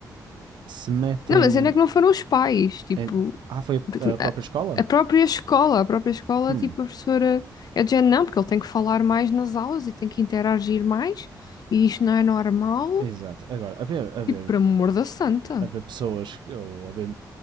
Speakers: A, on the right; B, on the left.
A: se metem.
B: Não, mas ainda é que não foram os pais, tipo,
A: em- Ah, foi a própria
B: a
A: escola?
B: a própria escola, a própria escola,
A: Hum,
B: tipo, a professora é de género, não, porque ele tem que falar mais nas aulas e tem que interagir mais, e isto não é normal,
A: exato. Agora, a ver, a ver,
B: tipo, por amor da santa.
A: haver pessoas ou haver